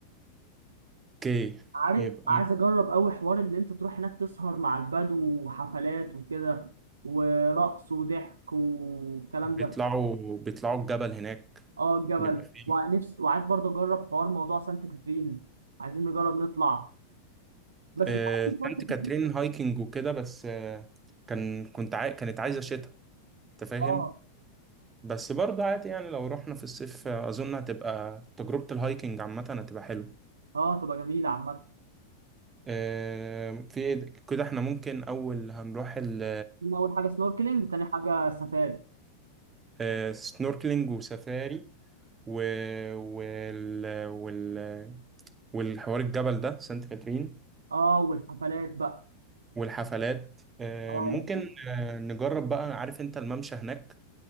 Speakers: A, on the right; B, on the right.
A: اوكي
B: عارف
A: يبقى
B: عايز اجرب قوي حوار اللي انت تروح هناك تسهر مع البدو وحفلات وكده ورقص وضحك والكلام
A: بيطلعوا
B: ده
A: بيطلعوا الجبل هناك
B: اه الجبل
A: بيبقى فيه
B: ونفس وعايز برضه اجرب حوار موضوع سانت كاترين عايزين نجرب نطلع بس
A: آه،
B: لا سانت
A: سانت
B: كاترين
A: كاترين
B: تبقى-
A: هايكنج وكده بس آه، كان كنت عاي... كانت عايزة شتاء انت فاهم
B: اه
A: بس برضه عادي يعني لو رحنا في الصيف آه، اظن هتبقى تجربة الهايكنج عامة هتبقى حلوة
B: اه تبقى جميله عامه
A: آه، في إيه ده- كده احنا ممكن اول هنروح ال
B: اول حاجه سنوركلينج تاني حاجه سفاري
A: آه، سنوركلينج وسفاري و... وال... وال... والحوار الجبل ده سانت كاترين
B: اه والحفلات بقى
A: والحفلات آه،
B: اه
A: ممكن
B: ال-
A: آه، نجرب بقى عارف انت الممشى هناك